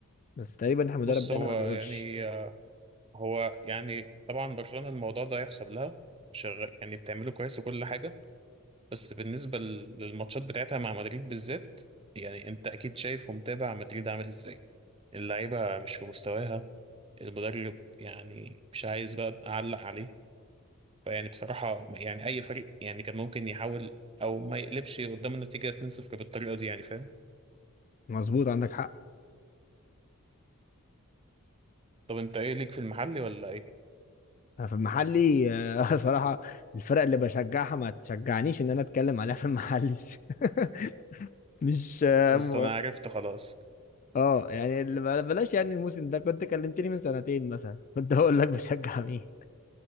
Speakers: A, on the left; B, on the right.
A: بس تقريبا إحنا المدرب
B: بص
A: ده
B: هو
A: انا ما بيقولش
B: يعني هو يعني طبعا برشلونة الموضوع ده يحسب لها وشغال يعني بتعمله كويس وكل حاجة بس بالنسبة لل- للماتشات بتاعتها مع مدريد بالذات يعني انت اكيد شايف ومتابع مدريد عامل ازاي اللعيبة مش في مستواها المدرب يعني مش عايز بقى اعلق عليه فيعني بصراحة يعني اي فريق يعني كان ممكن يحاول او ما يقلبش قدام النتيجة 2-0 بالطريقة دي يعني فاهم
A: مظبوط عندك حق
B: طب انت ايه ليك في المحلي ولا ايه
A: انا في المحلي آه، <laughs> صراحه الفرق اللي بشجعها ما تشجعنيش ان انا اتكلم عليها في المحلي <laughs> مش آه،
B: بس انا عرفت خلاص
A: اه يعني اللي بل- بلاش يعني الموسم ده كنت كلمتني من سنتين مثلا <laughs> كنت هقول لك بشجع مين